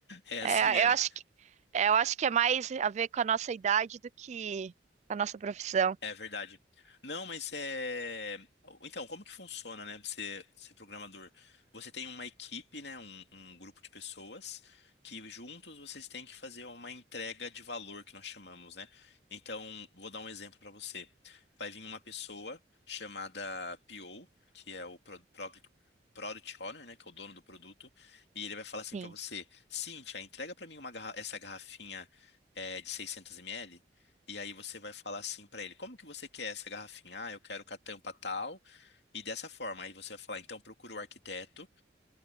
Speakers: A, on the left; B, on the right.
A: É assim
B: É,
A: mesmo.
B: eu acho que, é, eu acho que é mais a ver com a nossa idade do que a nossa profissão.
A: É verdade. Não, mas é. Então, como que funciona, né? Você ser programador? Você tem uma equipe, né? Um, um grupo de pessoas que juntos vocês têm que fazer uma entrega de valor que nós chamamos, né? Então, vou dar um exemplo para você. Vai vir uma pessoa chamada PO, que é o Pro- Pro- Product Owner, né? Que é o dono do produto, e ele vai falar assim
B: Sim.
A: para você: Cíntia, entrega para mim uma garra- essa garrafinha é, de 600 ml. E aí você vai falar assim pra ele: como que você quer essa garrafinha? Ah, eu quero com a tampa tal. E dessa forma, aí você vai falar: então procura o arquiteto,